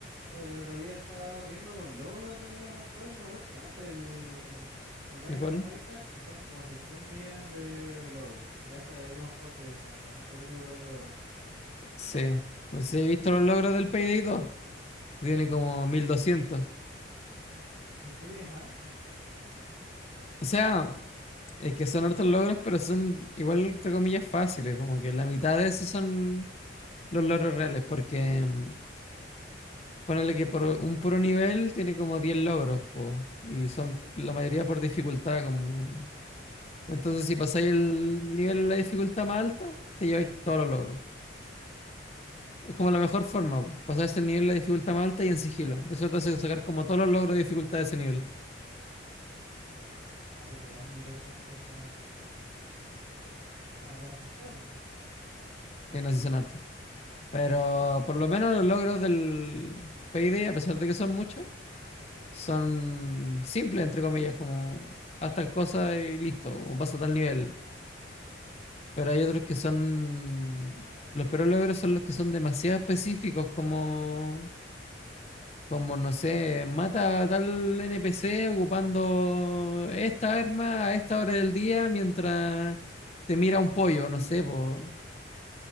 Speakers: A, on the right; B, on the left.
A: Oye, el otro día estaba viendo los logros de un juego que me gusta, del, del Binding
B: ¿De cuál?
A: of Isaac, y son como cien mil millones de logros. A veces hay algunos juegos que exageran un poquito con los logros, encuentro yo.
B: Sí. No sé si he visto los logros del Payday dos Tiene como mil doscientos
A: ¿Por qué tiene tanto?
B: O sea, es que son hartos logros, pero son igual, entre comillas, fáciles. Como que la mitad de esos son los logros reales, porque mm, ponele que por un puro nivel tiene como 10 logros, po, y son la mayoría por dificultad. Como... Entonces, si pasáis el nivel de la dificultad más alta, te lleváis todos los logros. Es como la mejor forma, po, pasarse el nivel de la dificultad más alta y en sigilo. Eso te hace sacar como todos los logros de dificultad de ese nivel.
A: Ah, pero igual 1200 son una cosa enferma,
B: Sí, no, sí son hartos. Pero por lo menos los logros del Payday, a pesar de que son muchos, son simples, entre comillas, como haz tal cosa y listo, o pasa a tal nivel. Pero hay otros que son... Los peores logros son los que son demasiado específicos, como, como no sé, mata a tal NPC ocupando esta arma a esta hora del día mientras te mira un pollo, no sé, pues